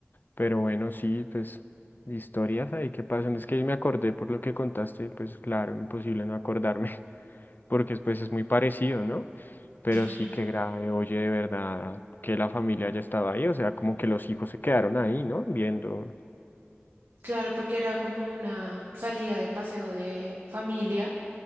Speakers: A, on the left; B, on the right.
A: pero bueno, sí, pues historias ahí que pasan, es que me acordé por lo que contaste, pues claro, imposible no acordarme. porque pues es muy parecido, ¿no? Pero
B: Claro.
A: sí que grave, oye, de verdad, que la familia ya estaba ahí, o sea, como que los hijos se quedaron ahí, ¿no? Viendo.
B: Claro, porque era como una salida de paseo de familia.